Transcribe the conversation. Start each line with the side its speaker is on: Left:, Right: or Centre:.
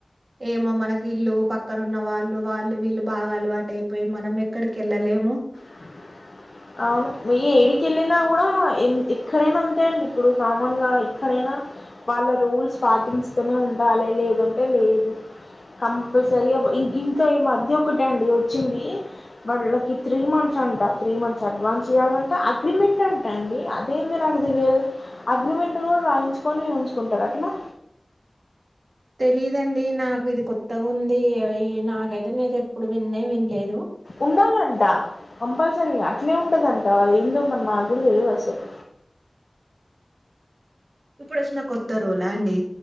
Right: ఏమో మనకి ఇల్లు పక్కన ఉన్న వాళ్ళు వాళ్ళు వీళ్ళు బాగా అలవాటయిపోయి మనం ఎక్కడికి వెళ్ళలేము
Left: <unintelligible> అవును వెయ ఏడికి వెళ్ళినా కూడా ఎక్కడైనా అంతే అండి ఇప్పుడు కామన్ గా ఎక్కడైనా వాళ్ళ రూల్స్ పాటిస్తూనే ఉండాలి లేదంటే లేదు కంపల్సరగా ఇంత మధ్య ఒకట అండి వచ్చింది వాళ్ళకి త్రీ మంత్స్ అంట త్రీ మంత్స్ అడ్వాన్స్ చేయాలంట అగ్రిమెంట్ అంటా అండి అదేంది నాకు తెలియదు అగ్రిమెంట్ కూడా రాయించుకొని ఉంచుకుంటార అట్లా
Right: తెలీదండి నాకు ఇది కొత్తగా ఉంది ఈ నాకైతే నేది ఎప్పుడు విన్నే వినలేదు
Left: ఉండాలంటా కంపల్సరిగ ఇట్లే ఉంటదంట అది ఇందో మ మాకు కూడా తెలియదు అసలు
Right: ఇప్పుడు వచ్చినా కొత్తారూల్ ఆ అండి